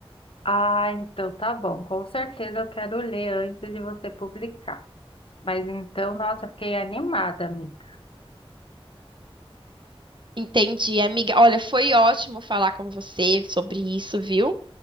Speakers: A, on the left; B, on the right.
A: Ah, então tá bom. Com certeza eu quero ler antes de você publicar. Mas então, nossa, fiquei animada, amiga.
B: Entendi, amiga. Olha, foi ótimo falar com você sobre isso, viu?